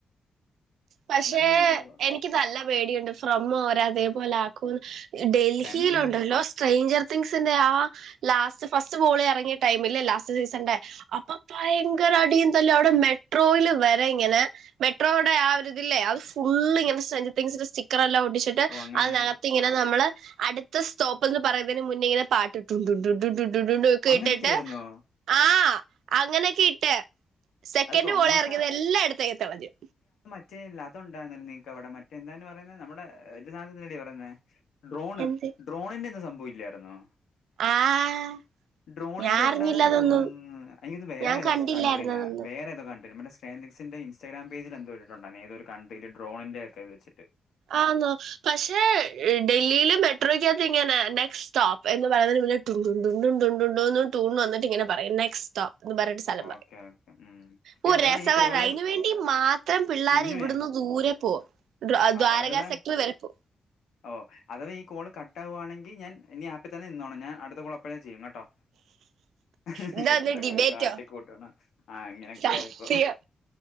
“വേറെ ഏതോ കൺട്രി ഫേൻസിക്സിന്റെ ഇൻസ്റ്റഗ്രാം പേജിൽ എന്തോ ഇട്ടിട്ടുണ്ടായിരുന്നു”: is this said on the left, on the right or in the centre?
Left